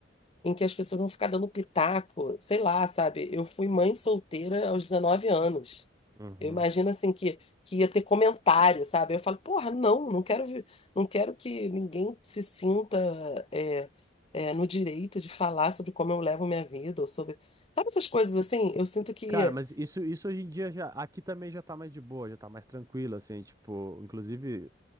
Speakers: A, on the left; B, on the right.
A: em que as pessoas vão ficar dando pitaco, sei lá, sabe? Eu fui mãe solteira aos 19 anos.
B: Uhum.
A: Eu imagino assim que, que ia ter comentário, sabe? Eu falo, porra, não, não quero, vi- não quero que ninguém se sinta é, é, no direito de falar sobre como eu levo minha vida, ou sobre. Sabe essas coisas assim? Eu sinto que.
B: Cara, mas isso, isso hoje em dia já, aqui também já tá mais de boa, já tá mais tranquilo, assim, tipo, inclusive,